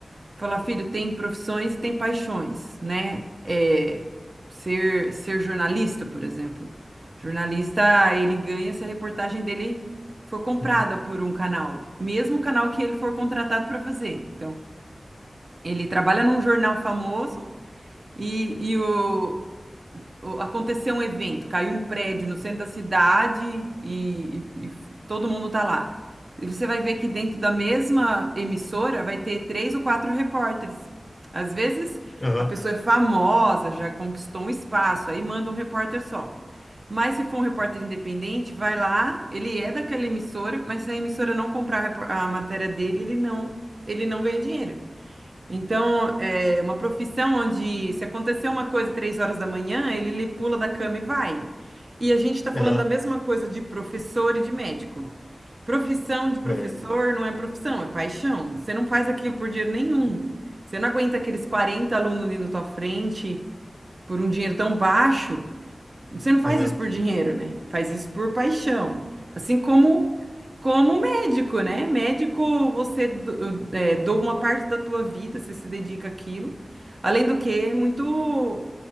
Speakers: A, on the right; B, on the left.
A: falar, filho, tem profissões e tem paixões, né? É, ser, ser jornalista, por exemplo. Jornalista, ele ganha se a reportagem dele for comprada
B: Uhum.
A: por um canal, mesmo o canal que ele for contratado para fazer. Então, ele trabalha num jornal famoso e, e o, o- aconteceu um evento, caiu um prédio no centro da cidade e, e- e todo mundo tá lá. E Você vai ver que dentro da mesma emissora vai ter três ou quatro repórteres. Às vezes
B: Aham,
A: a pessoa é famosa, já conquistou um espaço, aí manda um repórter só. Mas se for um repórter independente, vai lá, ele é daquela emissora, mas se a emissora não comprar a repor- a matéria dele, ele não, ele não ganha dinheiro. Então, é uma profissão onde se acontecer uma coisa três horas da manhã, ele, ele pula da cama e vai. E a gente está falando
B: aham,
A: da mesma coisa de professor e de médico. Profissão de professor
B: é, aham,
A: não é profissão, é paixão. Você não faz aquilo por dinheiro nenhum. Você não aguenta aqueles 40 alunos ali na tua frente por um dinheiro tão baixo você não faz
B: aham,
A: isso por dinheiro, né? Faz isso por paixão. Assim como como médico, né? Médico, você do- é, doa uma parte da tua vida, você se dedica àquilo. Além do que, é muito